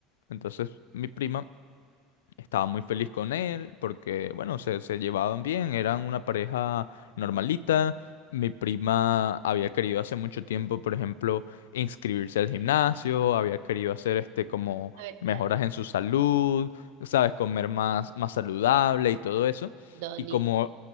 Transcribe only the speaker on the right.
A ver,
Dani.
Dani,